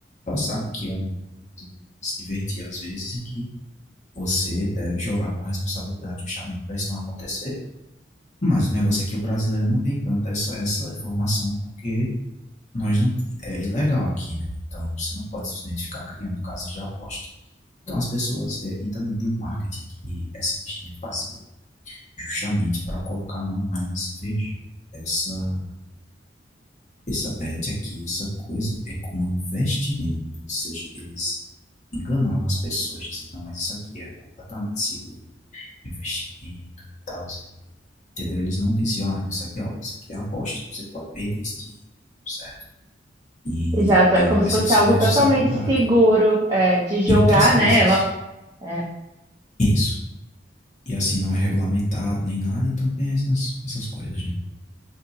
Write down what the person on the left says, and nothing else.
Elas sabem que é uma, uma coisa de se divertir às vezes e que você deve jogar com responsabilidade justamente para isso não acontecer. Mas o negócio é que o brasileiro não tem tanta essa, essa informação porque nós não, é ilegal aqui, né? Então você não pode simplesmente ficar criando casas de aposta. Então as pessoas. é, E também tem um marketing que essa Virginia fazia justamente para colocar não mais. Veja, essa, essa bet aqui, essa coisa é como um investimento. Ou seja, eles enganavam as pessoas dizendo, não, mas isso aqui é completamente seguro, é investimento e tal. Zé." Entendeu? Eles não diziam, ah, isso aqui, ó, isso aqui é aposta, você pode perder esse dinheiro, certo? E,
e
aí vai
ser
sua
responsabilidade.
E outras coisas.
Isso. E assim não é regulamentado nem nada, então tem essas, essas coisas, gente.